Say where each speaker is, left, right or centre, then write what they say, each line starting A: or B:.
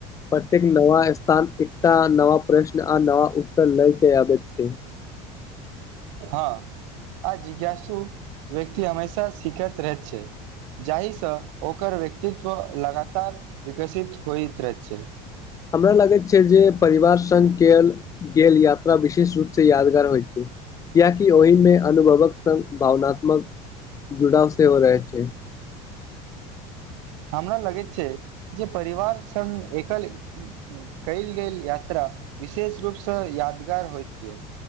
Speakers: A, on the left; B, on the right.
A: प्रतेक नयास्थान एकटा नयाप्रश्न आ नया उत्तर लय क आबै छै
B: ह आ जिज्ञासु व्यक्ति हमेशा सिखैत रहैत छैय जाहि स ओकर व्यक्तित्व लगातार विकसित होइतै रहै छय
A: हमरा लगैत छै जे परिवार संग के ल गेल यात्रा विशेष रूप से यादगार होइत छैय कियाकि ओय में अनुभवक संग भावनात्मक जुड़ाव से हो रहे छैय
B: हमरा लगैत छै जे परिवार संग एकल कयल गेल यात्रा विशेष रूपसँ यादगार होइत छै